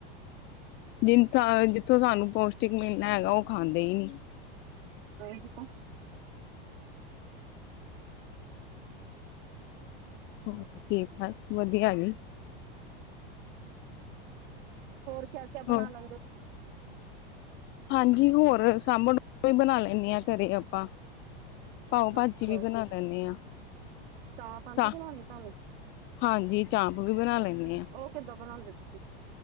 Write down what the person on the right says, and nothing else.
ਕੋਈ ਕਿਤੋਂ
ਹੋਰ ਕਿਆ-ਕਿਆ
ਬਨਾ ਲੈਂਦੇ ਹੋ ਤੁਸੀਂ?
ਅੱਛਾ
ਚਾਂਪ ਆਂਦੀ
ਬਣਾਣੀ ਤੁਹਾਨੂੰ
ਉਹ ਕਿੱਦਾਂ ਬਣਾਂਦੇ ਤੁਸੀਂ?